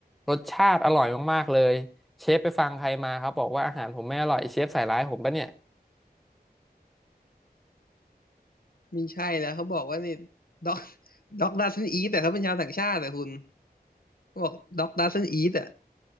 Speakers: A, in the centre; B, on the left.
A: รสชาติอร่อยมากๆเลยเชฟไปฟังใครมาครับบอกว่าอาหารผมไม่อร่อยเชฟใส่ร้ายผมปะเนี่ย
B: มีใช่แล้วเขาบอกว่านี่ด็อกด็ <laughs> อกดัซนอีแต่เขาเป็นชาวต่างชาติแต่คุณเขาบอกด็อกดัซนอีแต่